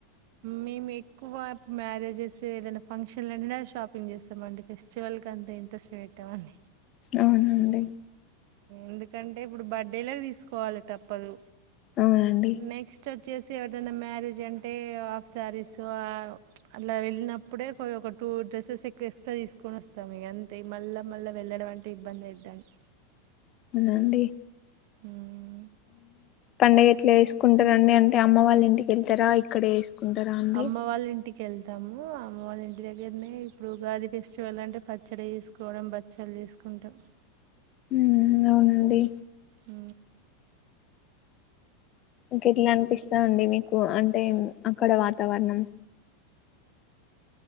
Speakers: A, on the right; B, on the left.
A: మేము ఎక్కువ మ్యారేజెస్ ఏదైనా ఫంక్షన్లు అంటే షాప్ చేస్తామండి ఫెస్టివల్ అంత ఇంట్రెస్ట్ పెట్టావాని
B: అవునండి
A: ఎందుకంటే ఇప్పుడు బర్త్డేలోకి తీసుకోవాలి తప్పదు
B: అవునండి
A: నెక్స్ట్ వచ్చేసి ఎవరనా మ్యారేజ్ అంటే హాఫ్ శారీస్ అ అలా వెళ్ళినప్పుడే, ఒక టూ డ్రెస్సెస్ ఎక్కువ ఎక్స్ట్రా తీసుకొని వస్తాం ఇక అంతే, మళ్ళా మళ్ళీ వెళ్ళడం అంటే ఇబ్బంది అవుద్దండి.
B: అవునండి
A: హ
B: పండగ ఎట్లా వేసుకుంటారంండి అంటే అమ్మ వాళ్ళ ఇంటికి ఎంతరా ఇక్కడే చకుంటారా అండి
A: అమ్మ వాళ్ళ ఇంటికి వెళ్తాము అమ్మ వాళ్ళ ఇంటి దగ్గరనే ఇప్పుడు గాది ఫెస్టివల్ అంటే పచ్చడి చేసుకోవడం బచ్చలు చేసుకుంటాం
B: హ అవునండి
A: అ
B: ఇకెట్లా అనిపిస్తా అండి మీకు అంటే అక్కడ వాతావరణం